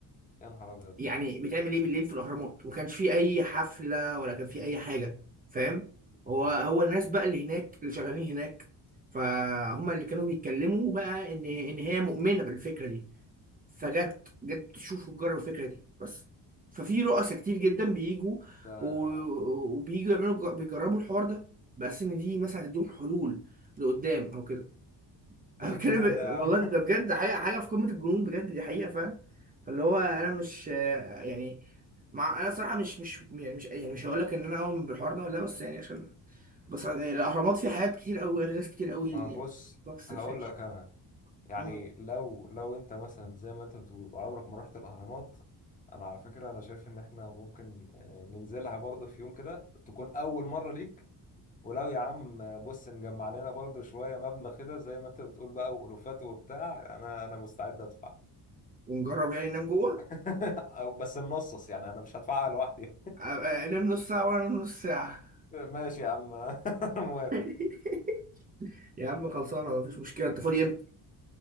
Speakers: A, on the left (about 20°); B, on the right (about 20°).
A: يا نهار ابيض
B: يعني بيتعمل ايه بالليل في الاهرامات وما كانش فيه اي حفله ولا كان فيه اي حاجه فاهم
A: آه.
B: هو هو الناس بقى اللي هناك اللي شغالين هناك فهم اللي كانوا بيتكلموا بقى ان ان هي مؤمنه بالفكره دي فجت جت تشوف وتجرب الفكره دي بس ففي رؤساء كتير جدا بيجوا
A: ده
B: و- وبييجوا يعملوا بيجربوا الحوار ده بس ان دي مثلا هتديهم حلول لقدام او كده
A: ده
B: أنا
A: ايه
B: بتكلم
A: الجنان ده يا
B: والله
A: عم
B: ده بجد حاجة حاجة في قمة الجنون بجد دي حقيقة فاهم فاللي هو أنا مش آه، يعني مع أنا صراحة مش مش يعني مش يعني مش هقول لك إن أنا أؤمن بالحوار ده ولا لأ، بس يعني عشان بس يعني الأهرامات فيه حاجات كتير أوي ناس كتير أوي
A: ما
B: اللي
A: بص
B: يعني ما بتستكفاش
A: هقول لك انا يعني
B: مم.
A: لو لو انت مثلا زي ما انت بتقول عمرك ما رحت الاهرامات انا على فكره انا شايف ان احنا ممكن آه، ننزلها برضه في يوم كده تكون اول مره ليك ولو يا عم آه، بص نجمع لنا برضه شويه مبلغ كده زي ما انت بتقول بقى والوفات وبتاع انا انا مستعد ادفع
B: ونجرب يعني ننام جوه
A: <laughs> او بس ننصص يعني انا مش هدفعها لوحدي
B: آه، آه، نام نص ساعة وأنا أنام نص ساعة
A: <laughs> ماشي يا عم <laughs> أنا موافق
B: <laughs> يا عم خلصانة مفيش مشكلة أنت فاضي إمتى؟